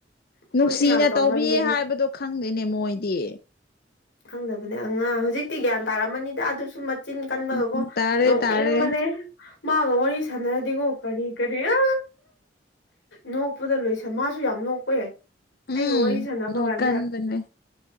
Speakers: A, on the left; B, on the left.
A: ꯑꯩꯈꯣꯏꯁꯨ
B: ꯅꯨꯡꯁꯤꯅ
A: ꯌꯥꯝ ꯇꯧꯃꯟꯕꯒꯤ
B: ꯇꯧꯕꯤꯌꯦ ꯍꯥꯏꯕꯗꯣ ꯈꯪꯗꯦꯅꯦ ꯃꯣꯏꯗꯤ
A: ꯈꯪꯗꯕꯅꯦ ꯑꯉꯥꯡ ꯍꯧꯖꯤꯛꯇꯤ ꯒ꯭ꯌꯥꯟ ꯇꯥꯔꯝꯃꯅꯤꯗ ꯑꯗꯨꯁꯨ ꯆꯤꯟ ꯀꯟꯕꯒꯀꯣ
B: ꯎꯝ ꯇꯥꯔꯦ
A: ꯅꯣꯛꯅꯤꯡꯕꯅꯦ
B: ꯇꯥꯔꯦ
A: ꯃꯥꯒ ꯋꯥꯔꯤ ꯁꯥꯟꯅꯔꯗꯤꯀꯣ ꯀꯔꯤ ꯀꯔꯤꯔ ꯅꯣꯛꯄꯨꯗ ꯂꯣꯏꯁ ꯃꯥꯁꯨ ꯌꯥꯝ ꯅꯣꯛꯋꯦ ꯑꯩꯒ
B: ꯎꯝ
A: ꯋꯥꯔꯤ ꯁꯥꯟꯅꯕ
B: ꯅꯣꯛꯀꯟꯕꯅꯦ
A: ꯀꯥꯟꯗ